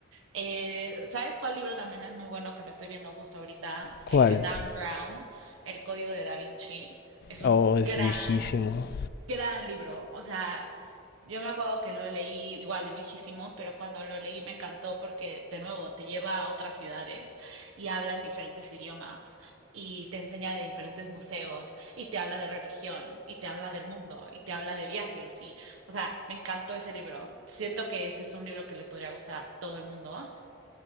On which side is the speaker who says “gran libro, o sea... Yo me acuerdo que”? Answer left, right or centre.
Right